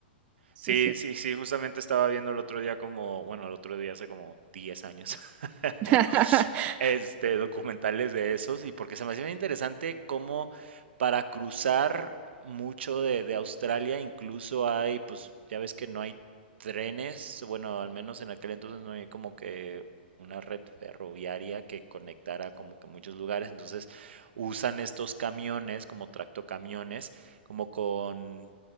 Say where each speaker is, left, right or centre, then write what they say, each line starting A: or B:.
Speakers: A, on the right; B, on the right.
A: Sí,
B: Sí,
A: sí.
B: sí, sí, justamente estaba viendo el otro día como, bueno, el otro día hace como 10 años. <laughs>
A: <laughs>
B: este, documentales de esos y porque se me hacía bien interesante cómo para cruzar mucho de, de Australia incluso hay, pues ya ves que no hay trenes, bueno, al menos en aquel entonces no hay como que una red ferroviaria que conectara como que muchos lugares, entonces usan estos camiones como tractocamiones, como con